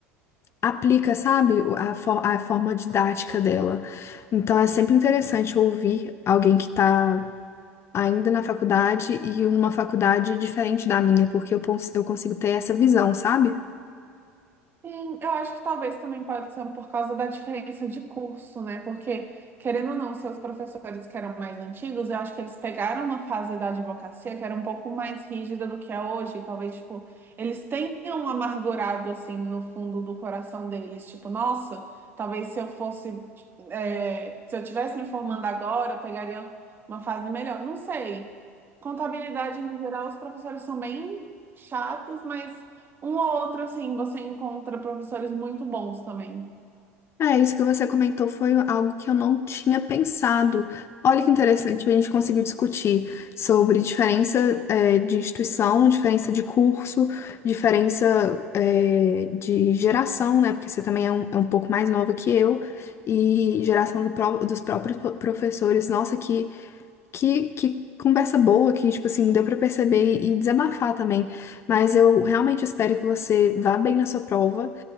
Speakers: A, on the left; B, on the right.
A: aplica, sabe, o- a, fo- a forma didática dela. Então é sempre interessante ouvir alguém que está ainda na faculdade e numa faculdade diferente da minha, porque eu, cons- eu consigo ter essa visão, sabe?
B: Sim, eu acho que talvez também pode ser por causa da diferença de curso, né? Porque, querendo ou não, seus professores que eram mais antigos, eu acho que eles pegaram uma fase da advocacia que era um pouco mais rígida do que é hoje. E talvez, tipo, eles tenham amargurado, assim, no fundo do coração deles. Tipo, nossa, talvez se eu fosse, é, se eu tivesse me formando agora, eu pegaria uma fase melhor. Não sei. Contabilidade, no geral, os professores são bem chatos, mas um ou outro, assim, você encontra professores muito bons também.
A: É, isso que você comentou foi algo que eu não tinha pensado. Olha que interessante, a gente conseguiu discutir sobre diferença, é, de instituição, diferença de curso, diferença, é, de geração, né? Porque você também é um, é um pouco mais nova que eu, e geração do pró- dos próprios pro- professores. Nossa, que, que, que conversa boa, que, tipo assim, deu pra perceber e desabafar também. Mas eu realmente espero que você vá bem na sua prova.